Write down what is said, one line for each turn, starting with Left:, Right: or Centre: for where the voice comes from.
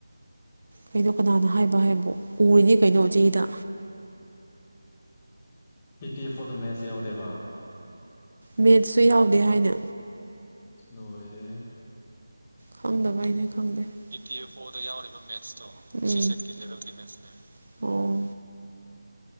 Right: ꯀꯩꯅꯣ ꯀꯅꯥꯅ ꯍꯥꯏꯕ ꯍꯥꯏꯕꯨ ꯎꯔꯤꯅꯤ ꯀꯩꯅꯣ ꯆꯦꯗ
Left: ꯏ ꯄꯤ ꯑꯦꯐ ꯑꯣꯗꯨ ꯃꯦꯠꯁ ꯌꯥꯎꯗꯦꯕ
Right: ꯃꯦꯠꯁꯁꯨ ꯌꯥꯎꯗꯦ ꯍꯥꯏꯅ
Left: ꯂꯣꯏꯔꯦꯍꯦ
Right: ꯈꯪꯗꯕꯩꯅꯦ ꯈꯪꯗꯦ ꯏ ꯄꯤ ꯑꯦꯐ ꯑꯣꯗ ꯌꯥꯎꯔꯤꯕ ꯃꯦꯠꯁꯇꯣ ꯎꯝ ꯁꯤꯁꯦꯠꯀꯤ ꯂꯦꯚꯦꯜꯀꯤ ꯃꯦꯠꯁꯅꯦ ꯑꯣ